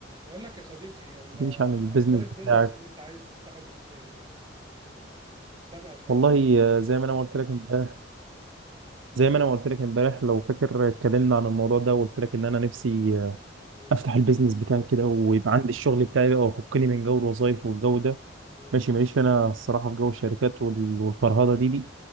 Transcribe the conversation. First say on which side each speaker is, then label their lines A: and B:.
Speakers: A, on the right; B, on the right.
A: بقول لك يا صديقي ال-
B: تحكيليش عن البيزنس
A: اخبار البيزنس
B: بتاعك
A: اللي انت عايز تفتحه جديد ده ايه؟ كنت سامع الحوار
B: والله
A: ده كده
B: آه، زي ما انا قلت لك امبارح زي ما انا قلت لك امبارح لو فاكر آه، اتكلمنا عن الموضوع ده وقلت لك ان انا نفسي آه،
A: مم.
B: افتح البيزنس بتاعي كده ويبقى عندي الشغل بتاعي بقى وافكني من جو الوظايف والجو ده
A: مم.
B: ماشي ماليش انا الصراحه في جو الشركات وال- والفرهده دي دي